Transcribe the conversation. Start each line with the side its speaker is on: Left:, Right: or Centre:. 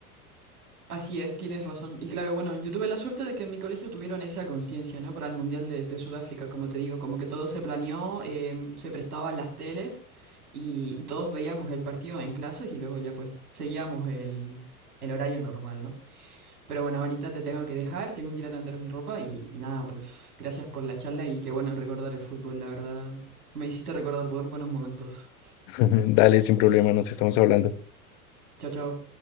Right: Así es, tienes razón. Y claro, bueno, yo tuve la suerte de que en mi colegio tuvieron esa conciencia, ¿no? Para el Mundial de, de Sudáfrica, como te digo, como que todo se planeó, eh, se prestaban las teles y, y todos veíamos el partido en clases y luego ya pues seguíamos el, el horario normal, ¿no? Pero bueno, ahorita te tengo que dejar, tengo que ir a tender mi ropa y, y nada, pues gracias por la charla y qué bueno recordar el fútbol, la verdad. Me hiciste recordar bu- buenos momentos.
Left: <laughs> Dale, sin problema, nos estamos hablando.
Right: Chao, chao.